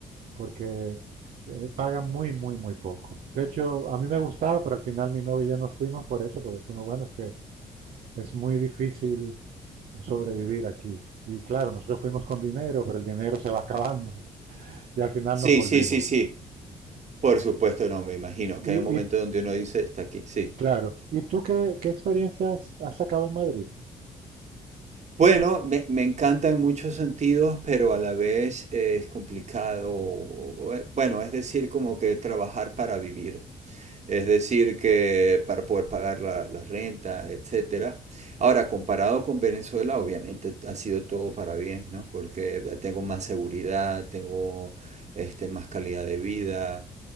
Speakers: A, on the right (about 55°); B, on the right (about 40°).
A: porque eh, pagan muy, muy, muy poco. De hecho, a mí me gustaba, pero al final mi novio y yo nos fuimos por eso, porque decimos, bueno, es que es muy difícil sobrevivir aquí. Y claro, nosotros fuimos con dinero, pero el dinero se va acabando y al final
B: Sí,
A: nos volvimos.
B: sí, sí, sí. Por supuesto, no, me imagino
A: Y,
B: que hay un momento
A: y
B: donde uno dice, está aquí, sí.
A: claro, ¿y tú qué, qué experiencias has sacado en Madrid?
B: Bueno, me, me encanta en muchos sentidos, pero a la vez es complicado. Bueno, es decir, como que trabajar para vivir. Es decir, que para poder pagar la, la renta, etcétera. Ahora, comparado con Venezuela, obviamente ha sido todo para bien, ¿no? Porque tengo más seguridad, tengo este, más calidad de vida.